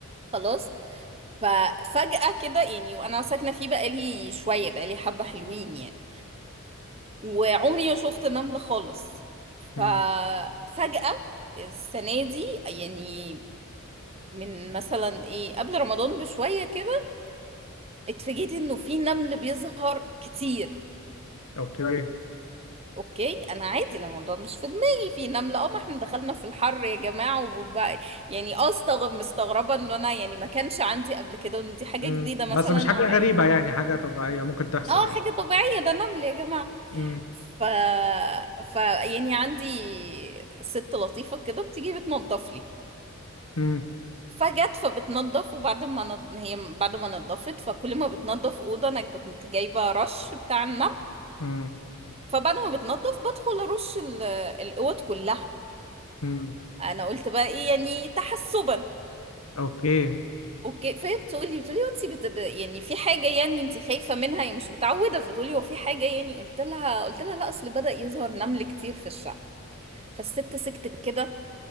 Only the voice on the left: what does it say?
امم
اوكي
امم
بس مش حاجة
غريبة يعني حاجة طبيعية ممكن تحصل
يعني
امم
امم
امم
امم
اوكي